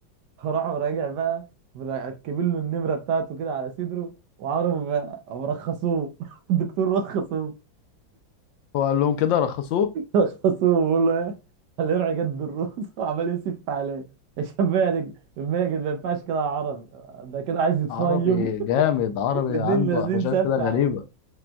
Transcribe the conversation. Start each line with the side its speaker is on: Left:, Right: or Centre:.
Right: فراح راجع بقى مركبين له النمره بتاعته كده على صدره وعمره ما مرخصوه <laughs> الدكتور رخصوه
Left: هو قال لهم كده رخصوه
Right: رخصوه بيقول له ايه خليه يروح يجدد الرخص <laughs> وعمال يسف عليه يا شباب ماجد ماجد ما ينفعش كده يا عرب ده كده عايز يتفيم
Left: عربي جامد عربي
Right: <laughs> الاتنين
Left: عنده
Right: نازلين
Left: قفشات
Right: سف
Left: كده غريبة
Right: عليه